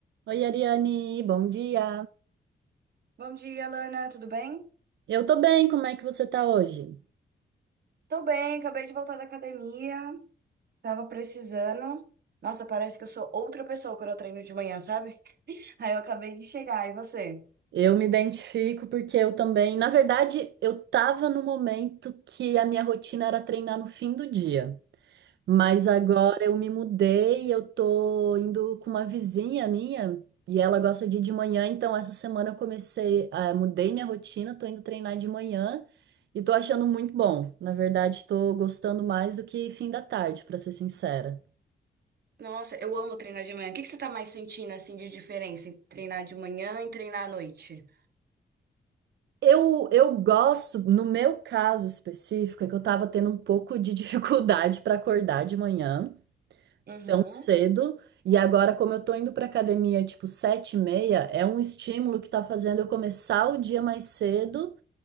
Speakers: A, on the right (about 85°); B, on the right (about 65°).
A: Oi, Ariane, bom dia.
B: Bom dia, Lana, tudo bem?
A: Eu tô bem, como é que você tá hoje?
B: Tô bem, acabei de voltar da academia, tava precisando. Nossa, parece que eu sou outra pessoa quando eu treino de manhã, sabe? <laughs> Aí eu acabei de chegar, e você?
A: Eu me identifico porque eu também, na verdade, eu tava no momento que a minha rotina era treinar no fim do dia, mas agora eu me mudei, eu tô indo com uma vizinha minha e ela gosta de ir de manhã, então essa semana eu comecei, ah, mudei minha rotina, tô indo treinar de manhã e tô achando muito bom. Na verdade, tô gostando mais do que fim da tarde, pra ser sincera.
B: Nossa, eu amo treinar de manhã. O que que você tá mais sentindo, assim, de diferença entre treinar de manhã e treinar à noite?
A: Eu, eu gosto, no meu caso específico, é que eu tava tendo um pouco de <laughs> dificuldade para acordar de manhã,
B: Uhum.
A: tão cedo, e agora, como eu tô indo pra academia tipo sete e meia, é um estímulo que tá fazendo eu começar o dia mais cedo